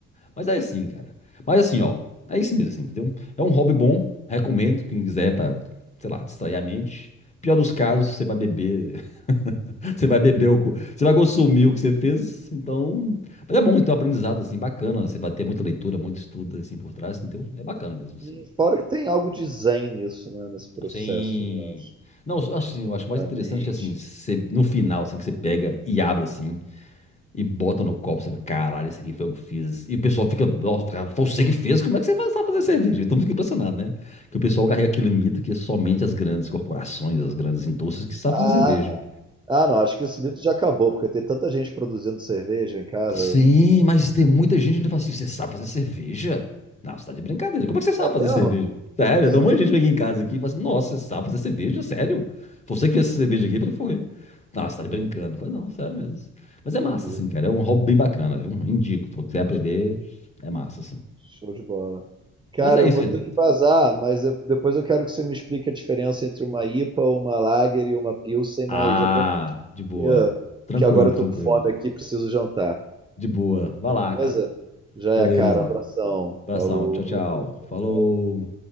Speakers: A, on the left; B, on the right.
A: mas é assim, cara. Mas assim, ó, é isso mesmo, assim, entendeu? É um hobby bom, recomendo, quem quiser pra, sei lá, distrair a mente. Pior dos casos, você vai beber, <laughs> você vai beber o, co- você vai consumir o que você fez, então... Mas é bom ter um aprendizado, assim, bacana, você vai ter muita leitura, muito estudo, assim, por trás, entendeu? É bacana mesmo, assim.
B: E fora que tem algo de zen nisso, né? Nesse processo,
A: Sim.
B: eu acho.
A: Não,
B: Eu
A: eu
B: acho,
A: acho assim, eu acho
B: obviamente.
A: mais interessante assim, você, no final, assim, que você pega e abre assim, e bota no copo, você fala, caralho, isso aqui foi eu que eu fiz. E o pessoal fica, nossa, cara, foi você que fez, como é que você faz- sabe fazer cerveja? E todo mundo fica impressionado, né? Que o pessoal carrega aquele mito que é somente as grandes corporações, as grandes indústrias que sabem
B: Ah,
A: fazer cerveja.
B: não. Ah, não. Acho que esse mito já acabou, porque tem tanta gente produzindo cerveja em casa.
A: Sim, mas tem muita gente que ainda fala assim: você sabe fazer cerveja? Não, você tá de brincadeira. Como é que você sabe
B: É mesmo?
A: fazer cerveja? Sério,
B: Isso
A: dá um monte
B: é-
A: de gente que vem aqui em casa aqui e fala assim: nossa, você sabe fazer cerveja? Sério? Você que fez essa cerveja aqui? Eu falei: foi. Não, você tá de brincando. Eu falei: não, sério mesmo. Mas é massa,
B: Entendi.
A: assim, cara. É um hobby bem bacana, viu? Indico. Se você aprender, é massa, assim.
B: Show de bola. Cara,
A: Mas é
B: eu
A: isso,
B: vou
A: Renato.
B: ter que vazar, mas eu- depois eu quero que você me explique a diferença entre uma IPA, uma Lager e uma Pilsen,
A: Ah,
B: mas depois
A: de boa.
B: que,
A: Tranquilo,
B: que agora
A: tranquilo.
B: eu tô com fome aqui, preciso jantar.
A: De boa. Vai lá,
B: Beleza?
A: cara.
B: Já
A: Beleza.
B: é, cara. Um abração.
A: Abração.
B: Falou.
A: Tchau, tchau.
B: Tchau,
A: Falou.
B: tchau.